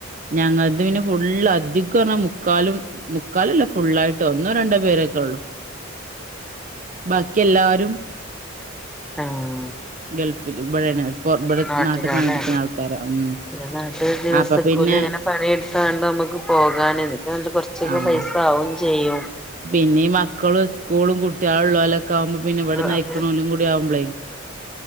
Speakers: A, on the right; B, in the centre.
A: ഞങ്ങത് പിന്നെ ഫുള്ള് അധികറഞ്ഞാൽ മുക്കാലും മുക്കാലും അല്ല ഫുള്ളായിട്ട് ഒന്നോ രണ്ടോ പേരൊക്കെ ഉള്ളു ബാക്കി എല്ലാരും
B: ആഹ്
A: ഗൾഫിൽ ഇവിടെയാണ് ഇപ്പൊ ഇവിടെ
B: നാട്ടിലാല്ലേ
A: നാട്ടി പണിടുക്കണ ആൾക്കാരാ ഉം
B: പിന്നെ നാട്ട് ദിവസക്കൂലി
A: അപ്പൊ പിന്നെ
B: ഇങ്ങനെ പണിയെടുത്താണ്ട് നമുക്ക് പോകാൻ ഇതൊക്കെ കുറച്ചൊക്കെ
A: ആഹ്
B: പൈസ ആവു ചെയ്യോ
A: പിന്നെ മക്കളും ഇസ്കൂളും കുട്ട്യേൾള്ളോലൊക്കെ ആകുമ്പോ പിന്നെ ഇവിടെ നെയ്‌ക്ണോനും
B: അതെ
A: കൂടി ആവുമ്പളേ